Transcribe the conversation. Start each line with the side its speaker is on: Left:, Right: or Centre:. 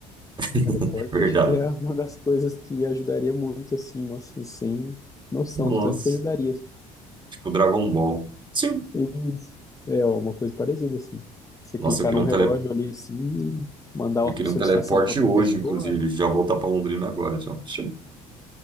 Right: <laughs>
Left: Teleporte,
Right: Verdade.
Left: acho que é <laughs> uma das coisas que ajudaria muito, assim, nossa, sem noção
Right: Nossa.
Left: do tanto que ajudaria.
Right: Tipo Dragon Ball. Sim.
Left: Isso. É ó, uma coisa parecida, assim. Você
Right: Nossa,
Left: clicar
Right: eu queria
Left: num
Right: um
Left: relógio
Right: tele...
Left: ali, assim, mandar
Right: eu
Left: uma
Right: queria
Left: solicitação
Right: um teleporte
Left: para outra
Right: hoje,
Left: pessoa.
Right: inclusive.
Left: é.
Right: Já voltar pra Londrina agora, só. Sim.